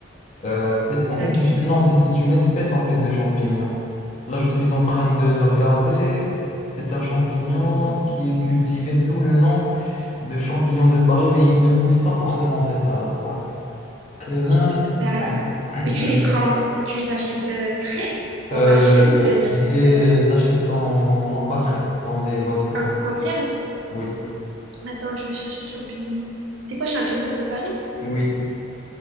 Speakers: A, on the left (about 35°); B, on the right (about 80°).
A: Euh, c'est, en
B: Laquelle?
A: fait, c'est, non, c'est c'est une espèce en fait de champignon. Là, je suis en train de, de regarder. C'est un champignon
B: Ouais.
A: qui est cultivé sous le nom de champignon de Paris, mais il ne pousse pas forcément en fait à, à Paris. Euh,
B: Champignons. Bah,
A: en-
B: mais tu
A: hmm.
B: les prends, tu les achètes euh, frais au
A: Euh,
B: marché ou tu les
A: je
B: achètes
A: les
B: euh,
A: achète en, en pas frais, dans des boîtes comme
B: en
A: ça.
B: conserve?
A: Oui,
B: Attends, je vais chercher champignons. C'est quoi champignons de Paris?
A: oui.